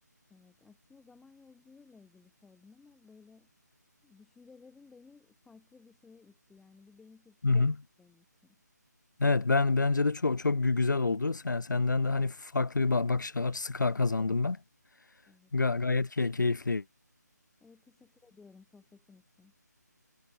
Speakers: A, in the centre; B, on the left (about 80°).
A: Evet, aslında zaman yolculuğuyla ilgili sordum ama böyle düşüncelerin beni farklı bir şeye itti. Yani bir beyin fırtınası
B: Hı hı.
A: oldu benim için.
B: Evet ben bence de çok çok gü- güzel oldu. Sen senden de hani farklı bir ba- bakış açısı ka- kazandım ben.
A: Evet.
B: Ga- gayet key keyifli.
A: Evet, teşekkür ediyorum sohbetin için.